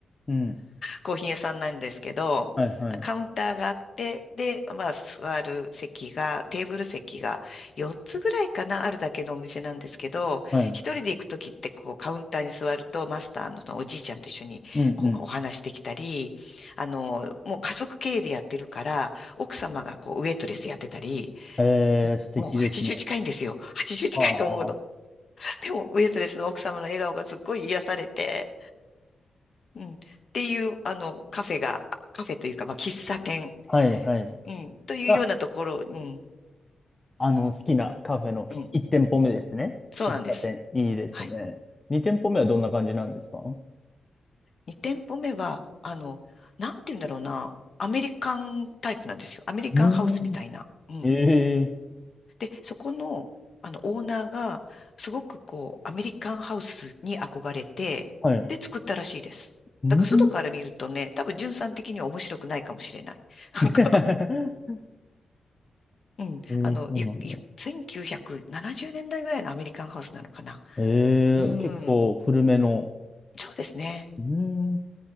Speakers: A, on the left; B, on the left.
A: うん。
B: コーヒー屋さんなんですけど、
A: はい、はい。
B: カウンターがあって、で、まあ、座る席が、テーブル席が4つぐらいかな、あるだけのお店なんですけど、
A: はい。
B: 一人で行くときって、こう、カウンターに座ると、マスターのおじいちゃんと一緒に、
A: うんう
B: こう、お話できたり、あの、もう家族経営でやってるから、奥様がこう、ウェイトレスやってたり、
A: ん。えー、素敵ですね。
B: もう80近いんですよ。80近いと思うの。
A: ああ、は
B: でも、ウェイトレスの奥様の笑顔がすっごい癒されて、うん。っていう、あの、カフェが、あカフェというか、まあ、喫茶店、
A: いはい。
B: うん、というようなところ、
A: が、
B: うん、
A: あの、好きなカフェの1店舗目ですね。
B: うん、そうなんです。
A: 喫茶店。いいですね。
B: はい。
A: 2店舗目はどんな感じなんですかう
B: 2店舗目は、あの、なんて言うんだろうな、アメリカンタイプなんですよ。アメリカンハウスみたいな。
A: ー
B: うん。
A: ん。ええ
B: で、そこの、あの、オーナーが、すごくこう、アメリカンハウスに憧れて、
A: はい。
B: で、作ったらしいです。
A: うん。
B: だから、外から見るとね、多分、純さん的には面白くないかもしれない。
A: <laughs>
B: なんかうん。
A: ええそうなんだ。
B: あの、ゆ、ゆ、1970年代ぐらいのアメリカンハウスなのかな。
A: ええ結構古めの。
B: うん。そうですね。
A: うーん。